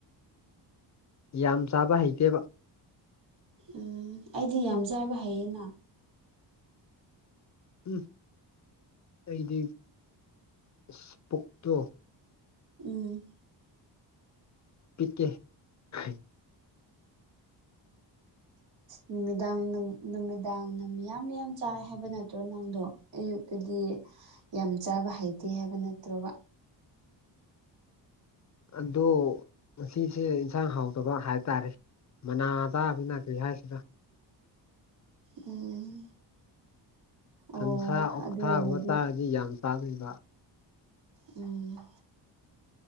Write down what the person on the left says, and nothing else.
ꯌꯥꯝ ꯆꯥꯕ ꯍꯩꯇꯦꯕ
ꯎꯝ ꯑꯩꯗꯤ ꯎꯁ ꯄꯨꯛꯇꯣ
ꯄꯤꯇꯦ ꯍꯥꯏ
ꯑꯣ ꯉꯁꯦ ꯏꯟꯁꯥꯡ ꯍꯥꯎꯇꯕ ꯍꯥꯏꯕ ꯇꯥꯔꯦ ꯃꯅꯥ ꯆꯥꯕꯅꯤ ꯀꯔꯤ ꯍꯥꯏꯁꯤꯅ
ꯁꯟꯁꯥ ꯑꯣꯛꯁꯥ
ꯒꯨꯝꯕ ꯆꯥꯔꯗꯤ ꯌꯥꯝ ꯆꯥꯘꯨꯏꯕ